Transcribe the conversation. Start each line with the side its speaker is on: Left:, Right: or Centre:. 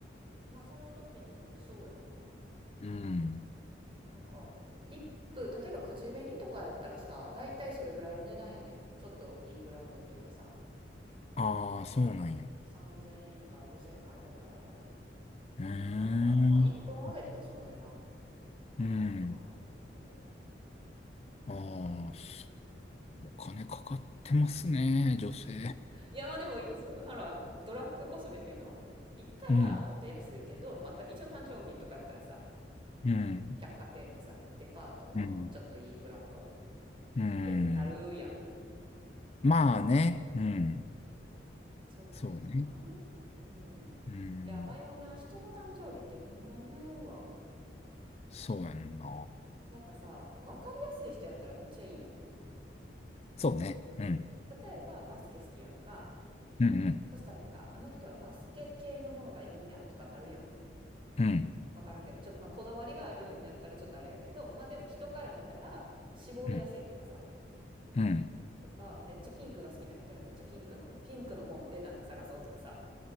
Right: まあその時によってそうやんな。
Left: うん。
Right: なんかリップ例えば口紅とかやったらさ大体それぐらいの値段やねんちょっといいブランドっていうかさ
Left: ああ、そうなんや。
Right: 3,000円から5,000円の間ぐらい多分
Left: うーん。
Right: やからまあ1本あげてもその値段かなって感じやと思
Left: うん。ああ、そ
Right: う。うんうん、
Left: うお金かかってますね、女性。
Right: いやまあでもそうほらドラッグコスメっていうの行ったらもっと安いけどまた一応誕生日とかやったらさ
Left: うん。うん。
Right: 百貨店のさデパートのちょっといいブランドっ
Left: うん。うん。
Right: てなるやん
Left: まあね。うん。
Right: そうかな。
Left: そうね。
Right: うん。
Left: うん。
Right: いや、迷うな。人の誕生日ってほんまに迷うわ。
Left: そうやんな。
Right: なんかさ、わかりやすい人やったらめっちゃいいやん。
Left: そうね。うん。
Right: 例えば、バスケ好きやんか。
Left: うんうん。
Right: そしたらなんか、ああの人はバスケ系のものがいいんやとかなるやん。
Left: うん。
Right: わからんけど、ちょっとまあこだわりがあるんやったらちょっとあれやけど、まあでも人から見たら絞りやすいっていうかさ、
Left: うん。うん。
Right: とか、めっちゃピンクが好きな人はめっちゃピンクの、ピンクのものでなんか探そうとかさ、